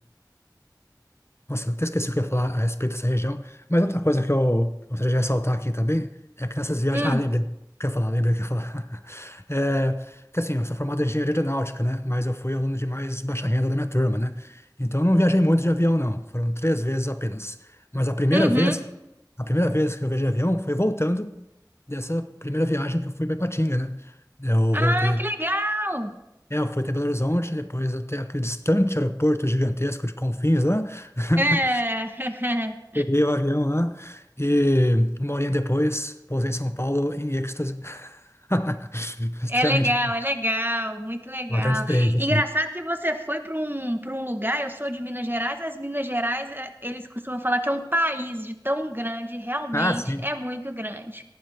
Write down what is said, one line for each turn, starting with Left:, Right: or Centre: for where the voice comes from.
Left: Nossa, até esqueci o que eu ia falar a respeito dessa região. Mas outra coisa que eu gostaria de ressaltar aqui também é que nessas viagens.
Right: Hum,
Left: Ah, lembrei. o que eu ia falar, lembrei o que eu ia falar. <laughs> É, que assim, eu sou formado em engenharia aeronáutica, né? Mas eu fui aluno de mais baixa renda da minha turma, né? Então eu não viajei muito de avião, não. Foram três vezes apenas. Mas a primeira
Right: uhum.
Left: vez, a primeira vez que eu viajei de avião foi voltando dessa primeira viagem que eu fui para Ipatinga, né? Eu voltei.
Right: Ah, que legal!
Left: É, eu fui até Belo Horizonte, depois até aquele distante aeroporto gigantesco de Confins lá. <laughs>
Right: É. <laughs>
Left: Peguei o avião lá e uma horinha depois pousei em São Paulo em êxtase. <laughs> Extremamente
Right: É legal, é legal, muito legal.
Left: importante experiência,
Right: Engraçado
Left: assim.
Right: que você foi para um, para um lugar, eu sou de Minas Gerais, as Minas Gerais, eh, eles costumam falar que é um país de tão grande, realmente
Left: Ah, sim.
Right: é muito grande.